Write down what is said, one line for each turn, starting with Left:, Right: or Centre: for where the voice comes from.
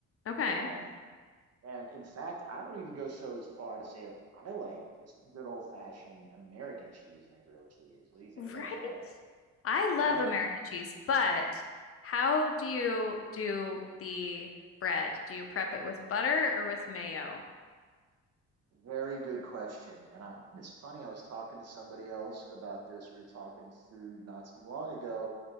Left: Okay.
Right: Um, and in fact, I would even go so as far to say, like, I like just good old fashioned American cheese in a grilled cheese. What do you think
Left: Right.
Right: about that?
Left: I love
Right: Yeah,
Left: American cheese, but how do you do the bread? Do you prep it with butter or with mayo?
Right: very good question. And I, it's funny, I was talking to somebody else about this. We were talking food not too long ago.